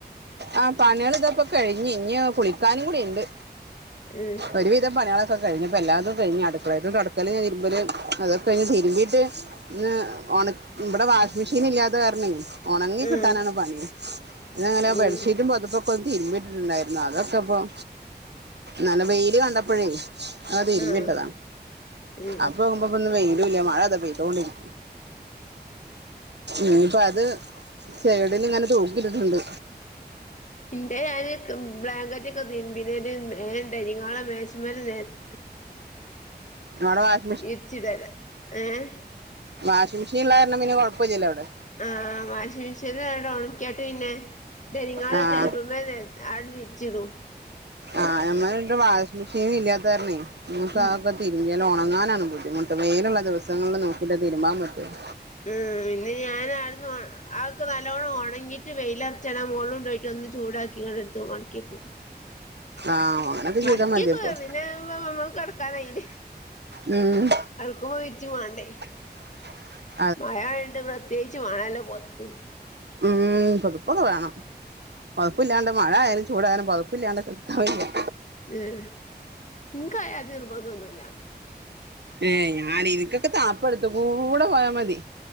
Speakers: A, on the right (about 75°); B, on the left (about 45°).
A: ആഹ് പണിയാള് ഇതപ്പ കഴിഞ്ഞ് ഇഞ്ഞ് കുളിക്കാനും കൂടിണ്ട്
B: ഉം
A: ഒരുവിധം പണി ആളൊക്കെ കഴിഞ് പ്പ എല്ലാര്തും കഴിഞ്ഞ് അടുക്കളേത്തെ തൊടക്കല്, തിരുമ്പല് അതൊക്കെ കഴിഞ് തിരുമ്പീട്ട് ഇന്ന് ഇവിടെ വാഷിം മെഷീന് ഇല്ലാത്ത കാരണേ ഒണങ്ങി
B: ഉം
A: കിട്ടാനാണ് പണി പിന്നെങ്ങനെ
B: ഉം
A: വെ ന്റെ പൊതപ്പൊക്കെ ഒന്ന് തിരുമ്പിട്ടിട്ട് ഇണ്ടായിരുന്നു അതൊക്കെപ്പം നല്ല വെയില് കണ്ടപ്പഴേ ഞാൻ തിരുമ്പിട്ടതാ
B: ആഹ് ഉം
A: അപ്പോകുമ്പോ ഇന്ന് വെയ്ലുല്ല മഴതാ പെയ്തൊണ്ടിരി ഇഞ്പ്പ അത് സൈഡ്ല് ഇങ്ങനെ തൂക്കിയിട്ടിട്ടുണ്ട്
B: ഇൻ്റെ ഞാന് ബ്ലാങ്കറ്റ് ഒക്കെ തിര്മ്പിന്റെന് മേം ഡൈനിങ്ഹാളില് മേശമല് നേര്
A: <unintelligible>
B: വിര്ച്ചിടല് ഏഹ്
A: വാഷിംഗ് മിഷീന്ള്ള കാരണം പിന്നെ കൊഴപ്പല്ലല്ലോ അവിടെ
B: ആഹ് വാഷിംഗ് മെഷീൻലണ്ട് ഒൺക്ക്യണ്ട് പിന്നെ ഡൈനിങ്ങാളില്
A: ആഹ്
B: ടേബിൾമേ നെര് ഞാട് വച്ചിടും
A: ആഹ് ഞമ്മള് വാഷിംഗ് മെഷീൻ ഇല്ലാത്ത കാരണേ ദിവസം
B: ഉം
A: ആകെ തിര്മ്പ്യല് ഉണങ്ങാനാണ് ബുദ്ധിമുട്ട് വെയിലുള്ള ദിവസങ്ങളിൽ നോക്കിയിട്ട് തിരുമ്പാൻ പറ്റുള്ളൂ
B: ഉം പിന്നെ ഞാന് ആട്ന്നോ ആഒക്കെ നല്ലോണം ഉണങ്ങിട്ട് വെയില അറച്ചണ മോൾള് ണ്ടോയ്ട്ട് ഒന്ന് ചൂടാക്കിങ്ങാണ്ട് എട് ത് മടക്കിക്കും
A: ആഹ് അങ്ങനൊക്കെ
B: മടക്ക്യക്കു
A: ചെയ്താൽ മതിയപ്പൊ
B: <unintelligible> ക്കാനായ്ന്
A: ഉം
B: അർക്കും പോയിട്ടു വേണ്ടേ
A: <unintelligible>
B: മഴ ആയോണ്ട് പ്രത്യേകിച്ച് വേണല്ലോ പൊതപ്പ്
A: ഉം പുതുപ്പൊക്കെ വേണം പൊതപ്പില്ലാണ്ട് മഴയാലും ചൂടായാലും പൊതപ്പില്ലാണ്ട് കിട്ക്കാൻ വയ്യ
B: ഏഹ് ഇൻക്കയാതി നിർബന്തൊന്നുല്ല
A: ഏഹ് ഞാൻ ഇൻക്കൊക്കെ തണുപ്പ് എടുത്ത് കൂടെ പോയാ മതി